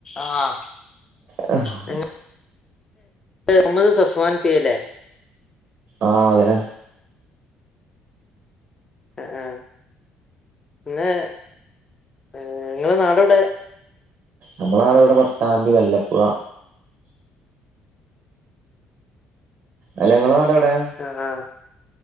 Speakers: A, on the left (about 20°); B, on the right (about 45°).
A: ആഹ്
B: ആ <unintelligible>
A: <unintelligible> മുഹമ്മദ് സഫാൻ പി അല്ലെ
B: ആഹ് അതെ
A: ആഹ് പിന്നെ ഏഹ് ഇങ്ങളെ നാട് എവിടെ?
B: നമ്മളെ നാട് ഇവിടെ പട്ടാമ്പി വല്ലപ്പുഴ. അല്ല ഇങ്ങളെ നാട് എവിടെ?
A: ആഹ്